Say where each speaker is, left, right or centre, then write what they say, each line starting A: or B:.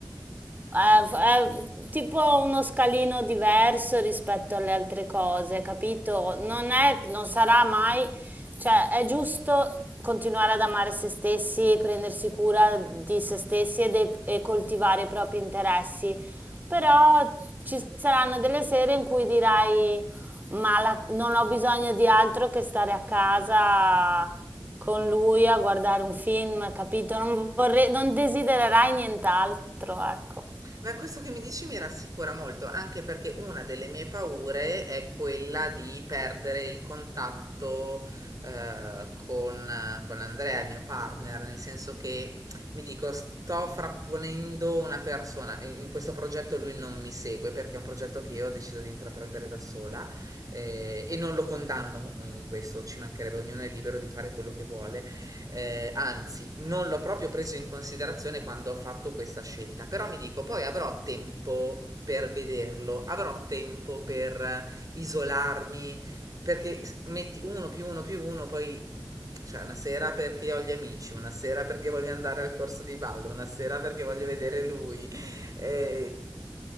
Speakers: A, on the right; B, on the right.
A: è, f- è tipo uno scalino diverso rispetto alle altre cose, capito? Non è, non sarà mai, cioè è giusto continuare ad amare se stessi, prendersi cura di se stessi e, dei- e coltivare i propri interessi, però ci saranno delle sere in cui dirai, ma la- non ho bisogno di altro che stare a casa con lui a guardare un film, capito? Non vorrei, non desidererai nient'altro, ecco.
B: Ma questo che mi dici mi rassicura molto, anche perché una delle mie paure è quella di perdere il contatto eh, con, con Andrea, il mio partner, nel senso che mi dico sto frapponendo una persona, in questo progetto lui non mi segue perché è un progetto che io ho deciso di intraprendere da sola eh, e non lo condanno in questo, ci mancherebbe, ognuno è libero di fare quello che vuole, eh, anzi, non l'ho proprio preso in considerazione quando ho fatto questa scelta, però mi dico, poi avrò tempo per vederlo, avrò tempo per isolarmi, perché s- metti uno più uno più uno, poi mm, cioè una sera perché ho gli amici, una sera perché voglio andare al corso di ballo, una sera perché voglio vedere lui, eh,